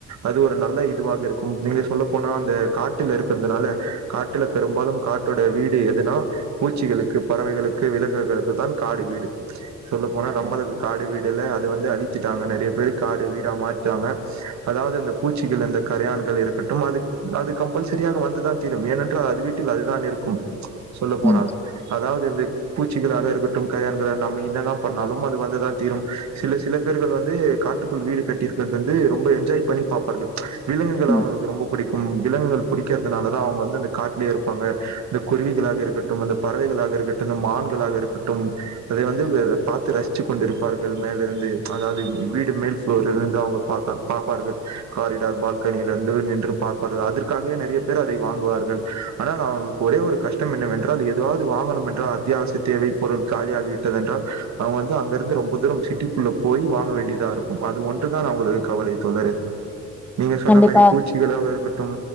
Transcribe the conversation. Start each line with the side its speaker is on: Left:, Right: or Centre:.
Right: அது ஒரு நல்ல இதுவாக இருக்கும் நீங்க சொல்ல போனா அந்த காட்டுல இருக்கறதுனால காட்டுல பெரும்பாலும் காட்டோட வீடு எதுனா பூச்சிகளுக்கு பறவைகளுக்கு விலங்குகளுக்கு தான் காடு வீடு சொல்ல போனா நம்மளுக்கு காடு வீடு இல்ல அது வந்து அழிச்சிட்டாங்க நெறைய பேர் காடு வீடா மாத்டாங்க அதாவது அந்த பூச் பூச்சிகள் அந்த கரையான்கள் இருக்கட்டும் அது அது கம்பல்சரியாக வந்துதான் தீரும் ஏனென்றால் அது வீட்டில் அதுதான் இருக் கும் சொல்ல போனால்
Centre: ம்
Right: அதாவது இந்த பூச்சிகளா அதா இருக்கட்டு கல்யாண <unintelligible> நம்ம இன்னதா பண்ணாலும் அது வந்து தா தீரும் சில சில பேர்கள் வந்து காட்டுக்குள் வீ டு கட்டீர்க்கறத் வந்து ரொம்ப என்ஜாய் பண்ணி பாப்பார்கள் விலங்குகள் அவங்கள்க்கு
Centre: ம்
Right: ரொம்ப பிடி கும் விலங்குகள் புடிக்கறதுனால தா அவங்க வந்து அந்த காட்லயே இருப்பாங்க இந்த குருவிகளாக இருக்கட்டும் அந்த பறவைகளாக இருக்கட்டும் இந்த மான்களாக இருக்கட்டும் அதை வந்து இவரு பாத்து ரசிச்சு கொண்டிருப்பார்கள் மேல இருந் து அதாவ்து வீடு மேல் ஃப்ளோரிலிர்ந்து அவங்க பார்ப்ப பாப்பார்கள் காரிடார் பால்கனியிலிர்ந்து நி ன்று பார்ப்பார்கள் அதுற்காகவே நெறிய பேர் அதை வாங்குவார்கள் ஆனால் அவங்ள்க் ஒரே ஒரு கஷ்டம் என்னவென்றால் எ தாவ்து வாங்கணும் என்றால் அத்யாவசிய தேவை பொருள் காலியாகிவிட்டதென்றால் அவங்க வந்து அங்கிருந்து ரொம்ப தூரம் சிட்டி குள்ள போய் வாங்க வேண்டியதா இருக்கும் அது ஒன்று தான் அவங்களுக் கவலை தோழரே நீங்க சொன்ன
Centre: கண்டிப்பா
Right: மாரி பூச்சிகளாக இருக்கட்டும்